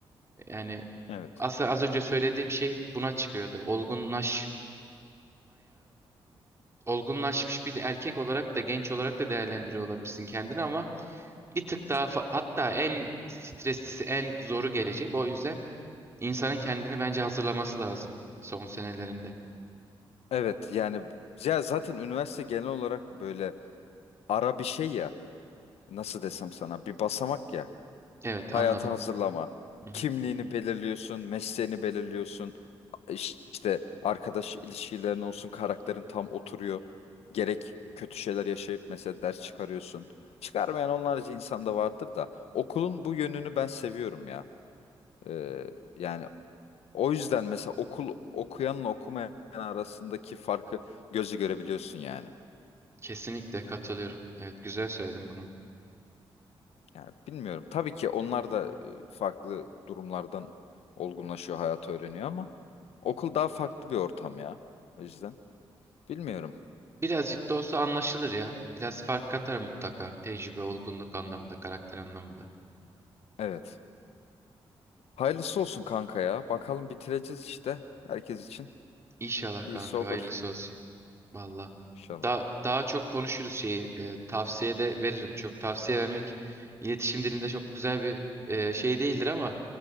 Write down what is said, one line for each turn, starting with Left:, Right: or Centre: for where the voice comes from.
Right: Yani
Left: Evet.
Right: aslında az önce söylediğim şey buna çıkıyordu. Olgunlaşmaya, olgunlaşmış bir erkek olarak da genç olarak da değerlendiriyor olabilirsin kendini ama bir tık daha fa- hatta en streslisi, en zoru gelecek. O yüzden insanın kendini bence hazırlaması lazım son senelerinde.
Left: Evet yani ya zaten üniversite genel olarak böyle ara bir şey ya. Nasıl desem sana bir basamak ya.
Right: Evet,
Left: Hayata
Right: anladım.
Left: hazırlama.
Right: Hı hı.
Left: Kimliğini belirliyorsun, mesleğini belirliyorsun. İş- İşte arkadaş ilişkilerin olsun, karakterin tam oturuyor. Gerek kötü şeyler yaşayıp mesela ders çıkarıyorsun. Çıkarmayan onlarca insan da vardır da okulun bu yönünü ben seviyorum ya. Ee, yani o yüzden mesela okul okuyanla okumayan arasındaki farkı gözü görebiliyorsun yani.
Right: Kesinlikle katılıyorum. Evet, güzel söyledin bunu.
Left: Yani bilmiyorum. Tabii ki onlar da e, farklı durumlardan olgunlaşıyor, hayatı öğreniyor ama okul daha farklı bir ortam ya. O yüzden bilmiyorum.
Right: Birazcık da olsa anlaşılır ya. Biraz fark katar mutlaka. Tecrübe, olgunluk anlamında, karakter anlamında.
Left: Evet. Hayırlısı olsun kanka ya. Bakalım bitireceğiz işte. Herkes için
Right: İnşallah
Left: iyisi
Right: kanka,
Left: olur
Right: hayırlısı olsun. Valla.
Left: inşallah.
Right: Daha, daha çok konuşuruz şeyi. E, tavsiye de veririm. Çok tavsiye vermek iletişim dilinde çok güzel bir e, şey değildir ama